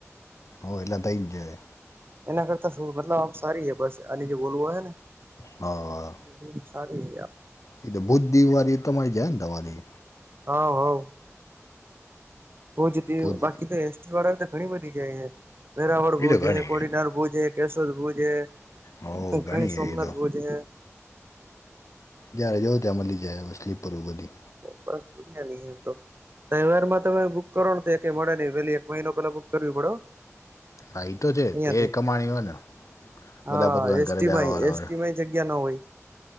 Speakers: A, on the left; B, on the right.
A: હો એટલા થઈજાય
B: એના કરતા શું મતલબ આમ સારી હે બસ આની જે વોલ્વો હોય ને
A: હા
B: ડીલ સારી હે <unintelligible>
A: એ તો બુદ્ધિ વારી તમારી જાય ને તમારી
B: હવ હવ બ જતી
A: ભુજ
B: બાકી તો એસટી વાળા તો ઘણી બધી જાય હે વેરાવળ ભુજ
A: એ તો ઘણી
B: હે કોડીનાર ભુજ હે કેશોદ ભુજ હે
A: હો
B: ઘણી સોમનાથ
A: એ તો
B: ભોજ હે
A: જ્યારે જોવ ત્યાં મળી જાય હવે સ્લીપર બધી
B: બ પુ નમ તો તહેવારમાં તમે કરોણ થી કઈ મળે ન પેલી એક મહિનો પેલા બુક કરવી પડૅ હો
A: હા એ તો છે
B: અયાથી
A: તે કમાણી હોય ને બધા
B: હા
A: પોતાના
B: એસ્ટી
A: ઘરે જવાવાળા
B: માં એસ્ટી
A: હોય
B: માય જગ્યા નો હોય